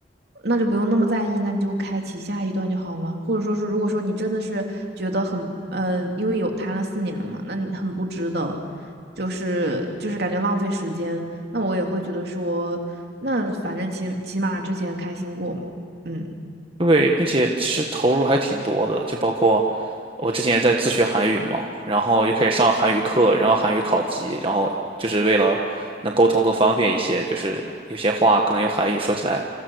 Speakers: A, on the right; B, on the right.
A: 那就不用那么在意，那就开启下一段就好了。或者说是，如果说你真的是觉得很，嗯、因为有谈了四年了嘛，那你很不值得，就是就是感觉浪费时间。那我也会觉得说，那反正起起码之前开心过嘛，嗯
B: 对，并且其实投入还挺多的，就包括我之前也在自学韩语嘛，然后又可以上韩语课，然后韩语考级，然后就是为了能沟通更方便一些，就是有些话可能用韩语说起来，